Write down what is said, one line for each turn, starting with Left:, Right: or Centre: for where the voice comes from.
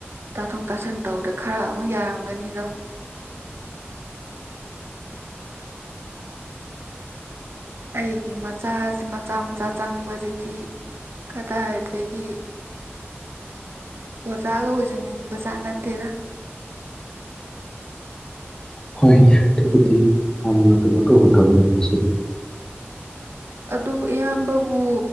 Right: ꯇꯥꯊꯣꯛ ꯇꯥꯁꯤꯟ ꯇꯧꯕꯗ ꯈꯔ ꯑꯃꯨꯛ ꯌꯥꯔꯝꯒꯅꯤꯗꯣ ꯑꯩꯒꯤ ꯃꯆꯥ ꯃꯆꯥ ꯃꯆꯥ ꯆꯪꯕꯁꯤꯗꯤ ꯀꯗꯥꯏꯗꯒꯤ ꯑꯣꯖꯥꯒ ꯑꯣꯏꯖꯅꯤꯡꯕꯖꯥꯠ ꯅꯠꯇꯦꯔ
Left: ꯍꯣꯏꯅꯦ ꯑꯗꯨꯕꯨꯗꯤ ꯌꯥꯝꯅ ꯀꯩꯅꯣ ꯇꯧꯕ ꯊꯕꯛꯅꯤ ꯃꯁꯤ
Right: ꯑꯗꯨ ꯏꯌꯥꯝꯕꯕꯨ